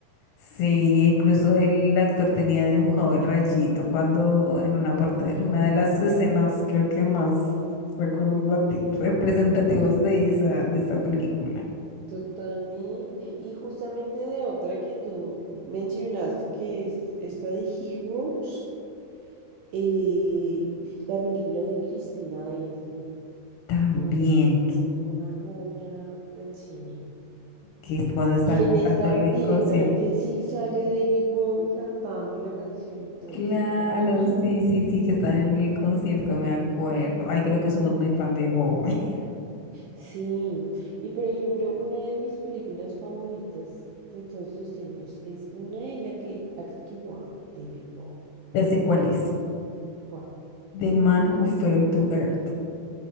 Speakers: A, on the left (about 80°); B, on the right (about 80°).
A: Sí, incluso el actor tenía dibujado el rayito cuando en una parte,
B: Ajá,
A: una de las escenas creo que más recuerdo bati- representativas de esa, de esa película.
B: Totalmente. Y justamente de otra que tú mencionaste, que es esta de Heroes, eh, la película de Cristina F.
A: También,
B: que me parece también
A: que,
B: una joya del cine.
A: que es cuando están
B: Y
A: cantándolo
B: en esta directamente
A: en concierto.
B: sí sale David Bowie cantando la canción y todo,
A: Claro,
B: es maravilloso.
A: sí, sí, sí, que están en el concierto, me acuerdo. Ay, creo que somos muy fan de Bowie. <laughs>
B: Sí, y por ejemplo, una de mis películas favoritas de todos los tiempos es una en la que actúa David Bowie.
A: Ya sé cuál es.
B: ¿Cuál?
A: The Man Who Fell to Earth.